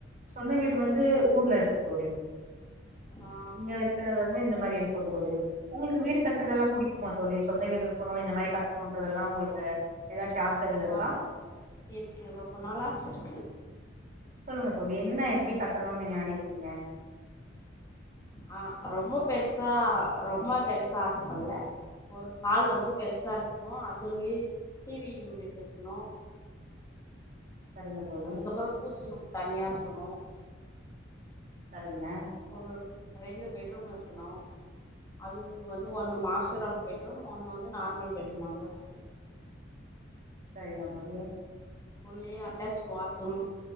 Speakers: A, on the right; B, on the left.
A: சொந்த வீடு
B: ம்
A: வந்து ஊர்ல இரு தோழி
B: ஆ
A: இங்க இருக்கிற மே இந்த மாதிரி இருக்கும் தோழி உங்களுக்கு வீடு கட்ட க்கிறதெல்லா பிடிக்குமா தோழி சொந்த வீடு இருக்கணு இந்த மாரி கட் தோன்றதெல்லாம் உங்களுக்கு ஏதாச்சும் ஆசைகள் இருக்கா
B: ஆ இருக்கு ரொம்ப நாள் ஆச இருக்கு
A: சொல்லுங்க தோழி என்ன எப்டி கட்டணுன்னு நீங்க நெனைக்கிறீங்க
B: அஹ் ரொம்ப பெருசா ரொம்ப பெருசா ஆசைப்படல ஒரு ஹால் வந்து பெருசா இருக்கணும் அதுலயு டிவி யூனிட் இருக்கணும்
A: சரிங்க தோழி
B: அதுக்கப்புற பூஜ ரூம் தனியா இருக்கணு
A: சரிங்க
B: ஒரு ரெண்டு பெட்ரூம் இருக்கணு அது வந்து ஒண்ணு மாஸ்டர் ஆஃப் பெட்ரூம் ஒண்ணு வந்து நார்மல் பெட்ரூமா இருந்தா ஓகே
A: <unintelligible>
B: உள்ளயே அட்டாச் பாத்ரூம்